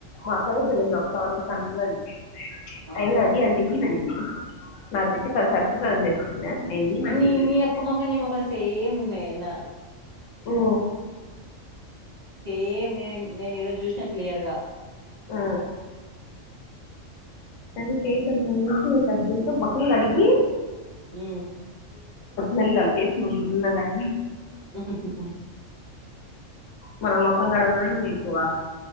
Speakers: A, on the left; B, on the right.
A: మా అక్క దగ్గరుంది ఒక సవరం సన్నది.
B: ఆ
A: అయ్యోనా అదీ అంటంది నీను నా జుట్టుకి అది సరిపోతదని తెచ్చుకున్న నేను ఈనంటే
B: నీ
A: ఈను
B: మీ అక్క మొక్క నీ మొఖం సేమ్ ఉన్నాయి నా
A: ఓ
B: సేమ్ నేను నేను ఏడో జూశ్న క్లియర్ గా
A: ఆ పని చేసంత <unintelligible> మొఖం కడిగి
B: ఉ
A: మరిదాలు చేసుకున్నదం
B: చెక చెకం
A: మనం ముఖం కడగడమే ఎక్కువ